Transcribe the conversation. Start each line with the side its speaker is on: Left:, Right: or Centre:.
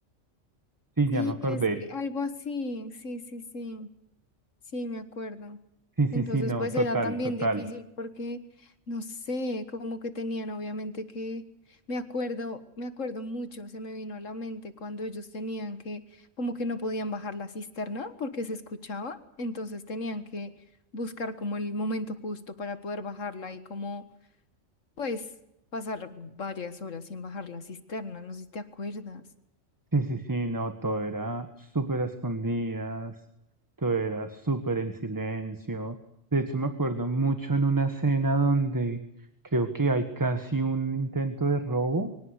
Right: Sí,
Left: Sí,
Right: ya me acordé.
Left: es que algo así, sí, sí, sí. Sí, me acuerdo.
Right: Sí, sí,
Left: Entonces,
Right: sí, no,
Left: pues
Right: total,
Left: era también
Right: total.
Left: difícil porque, no sé, como que tenían obviamente que, me acuerdo, me acuerdo mucho, se me vino a la mente cuando ellos tenían que, como que no podían bajar la cisterna porque se escuchaba, entonces tenían que buscar como el momento justo para poder bajarla y como, pues, pasar varias horas sin bajar la cisterna, no sé si te acuerdas.
Right: Sí, sí, sí, no, todo era súper a escondidas, todo era súper en silencio. De hecho, me acuerdo mucho en una escena donde creo que hay casi un intento de robo